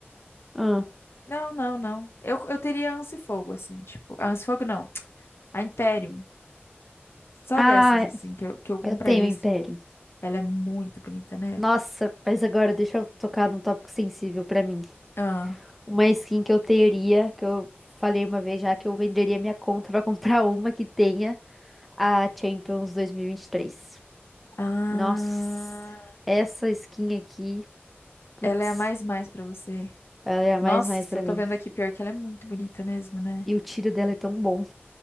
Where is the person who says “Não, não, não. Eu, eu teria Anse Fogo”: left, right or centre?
Left